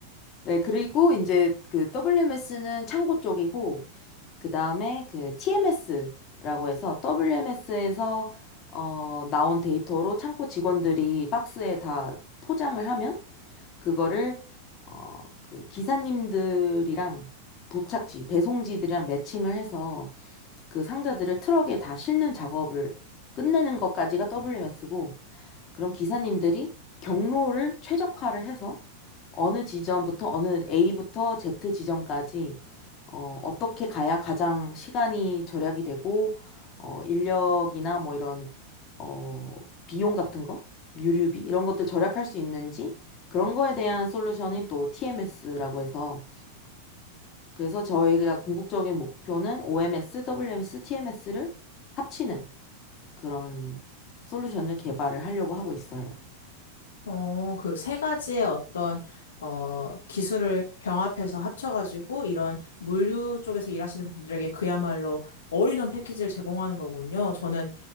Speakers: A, on the left (about 35°); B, on the left (about 65°).
A: 네, 그리고 이제 그 WMS는 창고 쪽이고, 그 다음에 그 TMS라고 해서 WMS에서 어, 나온 데이터로 창고 직원들이 박스에 다 포장을 하면 그거를 어, 그 기사님들이랑 도착지, 배송지들이랑 매칭을 해서 그 상자들을 트럭에 다 싣는 작업을 끝내는 것까지가 WMS고, 그럼 기사님들이 경로를 최적화를 해서 어느 지점부터 어느 A부터 Z 지점까지 어, 어떻게 가야 가장 시간이 절약이 되고 어, 인력이나 뭐 이런 어, 비용 같은 거, 유류비 이런 것들 절약할 수 있는지 그런 거에 대한 솔루션이 또 TMS라고 해서 그래서 저희가 궁극적인 목표는 OMS, WMS, TMS를 합치는 그런 솔루션을 개발을 하려고 하고 있어요.
B: 어, 그 세 가지의 어떤, 어, 기술을 병합해서 합쳐가지고 이런 물류 쪽에서 일하시는 분들에게 그야말로 올인원 패키지를 제공하는 거군요. 저는